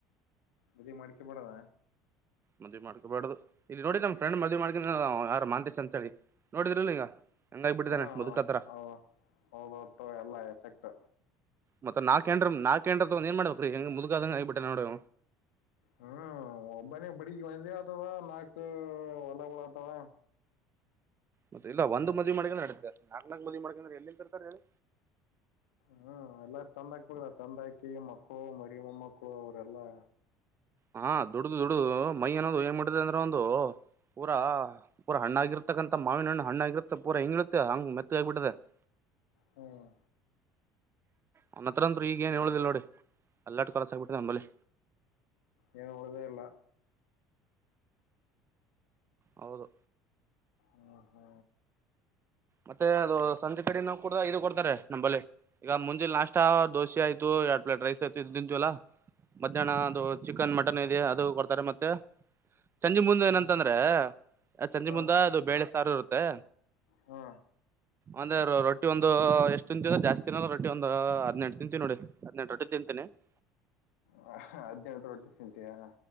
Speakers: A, on the left; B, on the right.
A: ಮದ್ವಿ ಮಾಡ್ಕ ಬೇಡವ.
B: ಮದ್ವಿ ಮಾಡ್ಕಬಾರಡ್ದು ಇಲ್ಲಿ ನೋಡಿ ನಮ್ ಫ್ರೆಂಡ್ ಮದ್ವಿ ಮಾಡ್ಕೊಂಡ ಯಾರು ಮಾತಿಸ ಅಂತ ಹೇಳಿ ನೋಡಿದ್ರರುಲ್ ಈಗ. ಹಂಗಾಗಿ ಬಿಟ್ಟಿದಾನೆ
A: ಹಾ
B: ಮುದುಕತರ
A: ಹ ಹೌದತ ಎಲ್ಲ ಎಫೆಕ್ಟ್.
B: ಮತ್ತತ್ ನಾಲ್ಕಏಂಡ್ರ ನಾಕ ಎಂಡ್ರ ತ ಏನ್ ಮಾಡಬೇಕ್ರೀ ಹೆಂಗ ಮುದುಗಾದಂಗ ಆಗಿಬಿಟ್ಟೆ ನೋಡ.
A: ಹ್ಮ್ ಒಬ್ಬನೇ ಬಡಗ್ ಒಂದೇ ಆತವ ನಾಕು ಹೊಲಗಳ ಆತಾವ.
B: ಮತ್ತ ಇಲ್ಲ ಒಂದು ಮದಿ ಮಾಡಕಂದ್ರ ನಡತ ನಾಕ ನಲ್ಕ್ ಮಿ ಮಾಡಕಂದ್ರ ಎಲ್ಲಿಂದಂತರ್ಾರೆ ಹೇಳಿ.
A: ಹ್ಮ್ ಎಲ್ಲಾರು ತಂದಕ್ ತಂದಾಕಿ ಮಕ್ಕಳು ಮರಿ ಮೊಮ್ಮಕ್ಕಳು ಅವರೆಲ್ಲಾ.
B: ಹಾ ದುಡ್ದ ದುಡು ಮೈ ಅನ್ನೋದು ಏನ್ ಮಾಡಟ್ಟಿದೆ ಅಂದ್ರೆ ಒಂದು. ಪೂರಾ ಪೂರ ಹಣ್ಣಗಿರ್ತಕ್ಕಂತ ಮಾವಿನ ಹಣ್ಣಣ್ಣಗಿರ್ತ್ತೆ ಪೂರ ಹಿಂಗಿತ್ತೆ ಹಂಗ ಮೆತ್ತಗ ಆಗ್ಬ ಬಿಟ್ಟತದೆ. <unintelligible>
A: ಹ್ಮ್.
B: ಅವನ್ನತ್ರ ಅಂತ ಈಗ ಏನ್ ಹೇಳುದಿಲ್ಲ
A: ಹೌದು
B: ನೋಡಿ ಎಲ್ಲಾಟ ಕಲಸ ಆಗ್ಬಿಟ್ಟ ನಂಬಲ್ಲಿ.
A: ನ್ ಒಳದೇ ಅಲ್ಲ.
B: ಹೌದು.
A: ನೀ ಹೂ.
B: ಮತ್ತೆ ಅದು ಸಂಜೆ ಕಡಿನ ಕೂಡ ಇದು ಕೊಡ್ತಾರೆ ನಂಬಲ್ಲಿ. ಈಗ ಮುಂಜೆ ನಾಷ್ಟ ದೋಸೆ ಆಯ್ತು ಎರಡ್ ಪ್ಲೇಟ್ ರೈಸ್ ಆಯ್ತು ಇದದು್ ತಿಂತುವಲ್ಲಾ. ಮಧ್ಯಾಹ್ನ
A: ಹ್ಮ್
B: ಅದು ಚಿಕನ್ ಮಟನ್ ಇದೆ ಅದು ಕೊಡ್ತಾರೆ ಮತ್ತೆ. ಚಂಜಿ ಮುಂದೆ
A: ಹಾ
B: ಏನಂತಂದ್ರೆ ಚಂಜಿ
A: ಹಾ
B: ಮುಂದ ಅದು ಬೇಳೆ ಸಾರು ಇರುತ್ತೆ.
A: ಹಾ.
B: ಒಂದೆ ರಟ್ಟಿ ಒಂದು ಎಷ್ಟು ತಿಂತೀದ ಜಾಸ್ ತಿಿನಲ್ಲ ರೊಿ ಒಂದು ಹದ್ಿನಂು ತಿಂತೀಿ ನೋಡಿ ಹದ್ೆಂಟು ರೊಟ್ಟಿ ತಿಂತಿನಿ. ಹ.
A: ಹ ಹದಿನಂಟ ಒಟ್ಟಿ ತಿಂತಯಾ.